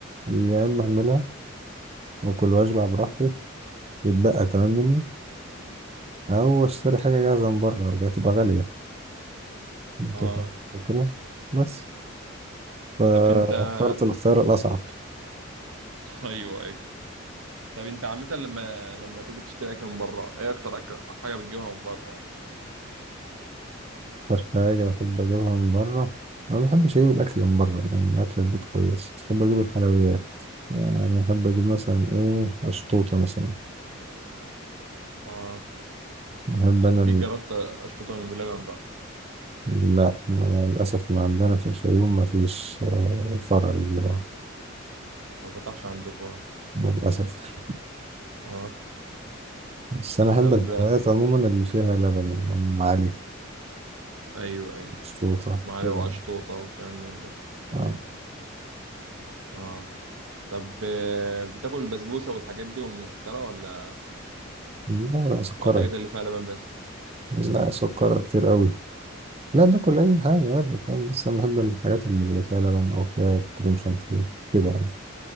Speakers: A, on the right (about 30°); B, on the right (about 85°).
A: يا اما اعملها واكل واشبع براحتي ويتبقى كمان مني او اشتري حاجه جاهزه من بره دي هتبقى غاليه انت
B: اه
A: فاهم كده بس فاخترت
B: طب انت <laughs>
A: الاختيار الاصعب
B: ايوه ايوه طب انت عامه لما لما تيجي تشتري اكل من بره ايه اكتر اكل حاجه بتجيبها من بره يعني
A: أكتر حاجة بحب أجيبها من بره ما بحبش أجيب الأكل من بره لأن الأكل البيت كويس بحب أجيب الحلويات يعني بحب أجيب مثلا إيه أشطوطة مثلا
B: اه
A: بحب أنا
B: اكيد
A: ال...
B: جربت اشطوطه من بلبن بقى
A: لا ما- للأسف ما عندنا في الفيوم ما فيش آه، فرع لل-
B: اه ما فتحش عندكم يعني.
A: للأسف
B: اه
A: بس أنا أحب
B: طب
A: الحلويات عموما اللي فيها لبن يعني أم علي
B: ايوه ايوه
A: أشطوطة
B: معلقه
A: كده
B: واشطوطه وكلام من ده
A: آه.
B: اه طب آه، بتاكل البسبوسه والحاجات دي والمسكره ولا
A: لا لا سكرها
B: والحاجات اللي فيها لبن بس
A: لا سكرها كتير أوي لا باكل أي حاجة يعني فاهم بس أنا بحب الحاجات اللي بيبقى فيها لبن أو فيها كريم شانتيه كده يعني.